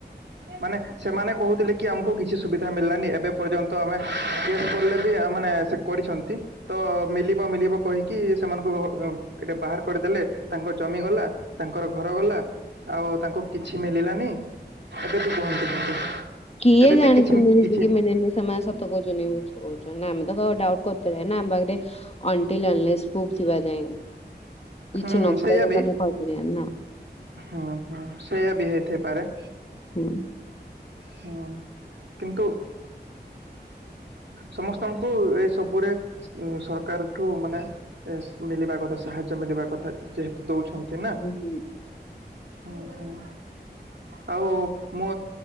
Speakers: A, on the right (about 85°); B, on the left (about 35°).
A: ମାନେ ସେମାନେ କହୁଥିଲେ କି ଆମକୁ କିଛି ସୁବିଧା ମିଳିଲାନି ଏବେ ପର୍ଯ୍ୟନ୍ତ ଆମେସ୍ କଲେ ବି ମାନେ ସେ କରିଛନ୍ତି ତ ମଳିବ ମଳିବ କହିକି ସେମାନଙ୍କୁ ଏଟେ ବାହାର କରିଦେଲେ ତାଙ୍କ ଜମି ଗଲା ତାଙ୍କର ଘର ଗଲା ଆଉ ତାଙ୍କୁ କିଛି ମିଳିଲାନି। ଏବେ ତୁ କୁହନ୍ତୁ କିନ୍ତୁ।
B: କିଏ
A: ଏବେ
B: ଜାଣେ
A: ବି କିଛି
B: ବିପିହିଲି
A: କିଛି
B: କିମେଛି, ସେମାନେ ସତ କହୁଛନ୍ତି ୟ କହୁଛନ୍ତିମେ ତ ଡାଉଟ୍ କରିପାରିବା ନା ଆମ ପାଖରେ ଅଣ୍ ଥିବା ଯା କିଛି
A: ହୁଁ
B: ନଥିଲା
A: ସେଇଆ
B: ଯେେ
A: ବି
B: କହିପାର ନା।
A: ହୁଁ ହୁଁ ସେଇୟା ବି ହେଇଥାଇପାରେ।
B: ହୁଁ।
A: ହୁଁ କିନ୍ତୁ ସମସ୍ତଙ୍କୁ ଏଇ ସବୁରେ ସରକାର ଠୁ ମାନେ ମିଳିବା କଥା ସାହାଯ୍ୟ ମିଳିବା କଥା ଯେହେତୁ ଦୋଉଛନ୍ତି ନା
B: ହୁଁ ହୁଁ।
A: ହୁଁ ହୁଁ ଆଉ ମୋ